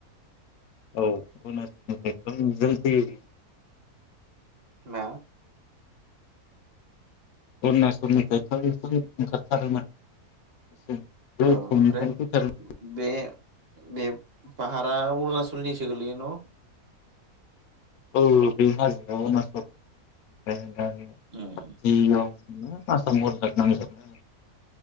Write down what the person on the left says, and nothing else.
औ अरुणचलनिफ्राय जों जों फैयो।
अरनासलनिफ्रायथ' एसे ओंखारथारोमोन एसे गोथौनिफ्रायनो
फैथारोमोन
औ बे हाजोआव <unintelligible>
<unintelligible> <unintelligible>